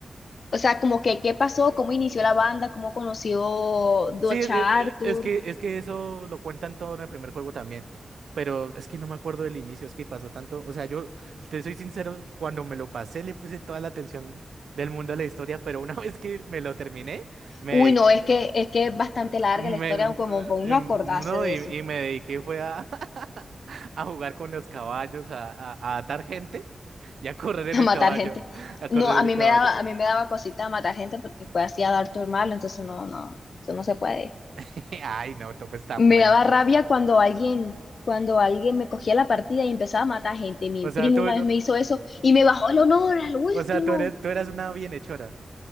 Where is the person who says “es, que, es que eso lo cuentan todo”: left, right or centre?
Right